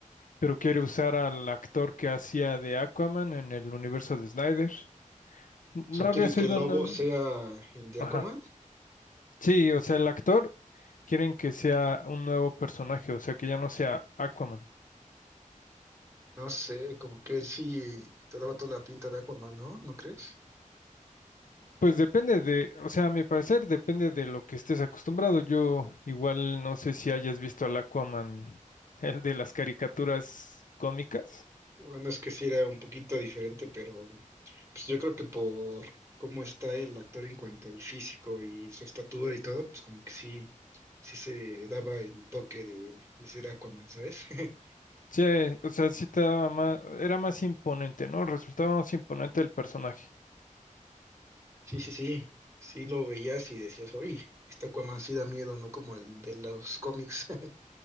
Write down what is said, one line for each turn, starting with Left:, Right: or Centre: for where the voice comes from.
Left: pero quiere usar al actor que hacía de Aquaman en el universo de Snyder. ¿No
Right: O sea, ¿quieren
Left: habías
Right: que
Left: oído
Right: el lobo
Left: nada?
Right: sea el de
Left: ajá
Right: Aquaman?
Left: Sí, o sea, el actor quieren que sea un nuevo personaje, o sea, que ya no sea Aquaman.
Right: No sé, como que él sí te daba toda la pinta de Aquaman, ¿no? ¿No crees?
Left: Pues depende de, o sea, a mi parecer depende de lo que estés acostumbrado. Yo igual no sé si hayas visto al Aquaman, el de las caricaturas cómicas.
Right: Bueno, es que sí era un poquito diferente, pero pues yo creo que por cómo está el actor en cuanto al físico y su estatura y todo, pues como que sí, sí se daba el toque de, de ser Aquaman, ¿sabes? <laughs>
Left: Sí, o sea, sí te daba más, era más imponente, ¿no? Resultaba más imponente el personaje.
Right: Sí, sí, sí, sí lo veías y decías, oye, este Aquaman sí da miedo, ¿no? Como el de los cómics. <laughs>